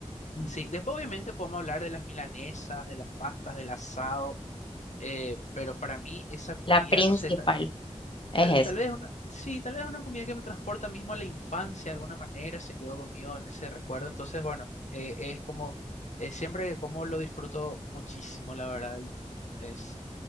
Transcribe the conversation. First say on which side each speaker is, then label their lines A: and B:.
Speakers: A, on the left; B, on the left.
A: Mm.
B: Sí, después obviamente podemos hablar de las milanesas, de las pastas, del asado, eh, pero para mí esa comida,
A: La principal
B: no sé, ta-
A: es
B: tal, tal
A: esa.
B: vez una, sí, tal vez una comida que me transporta mismo a la infancia de alguna manera, se quedó conmigo en ese recuerdo. Entonces, bueno, eh, es como, eh, siempre que como lo disfruto muchísimo, la verdad, y es,